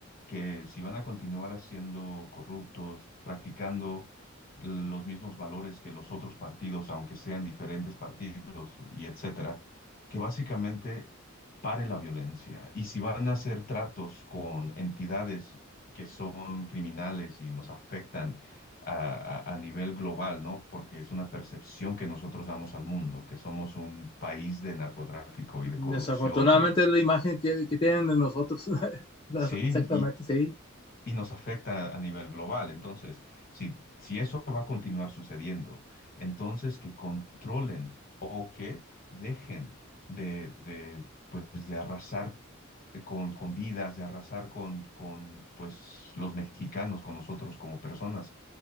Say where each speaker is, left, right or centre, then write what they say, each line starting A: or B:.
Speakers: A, on the left; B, on the left.
A: que si van a continuar haciendo corruptos, practicando los mismos valores que los otros partidos, aunque sean diferentes partidos y etcétera, que básicamente pare la violencia. Y si van a hacer tratos con entidades que son criminales y nos afectan, a, a- a nivel global, ¿no? Porque es una percepción que nosotros damos al mundo, que somos un país de narcotráfico y de
B: Desafortunadamente
A: corrupción y
B: es la imagen que, que tienen de nosotros. <laughs>
A: sí,
B: Exactamente,
A: y,
B: sí.
A: y nos afecta a nivel global. Entonces, si, si eso va a continuar sucediendo, entonces que controlen o que dejen de, de, pues, de arrasar con, con vidas, de arrasar con, con pues, los mexicanos, con nosotros como personas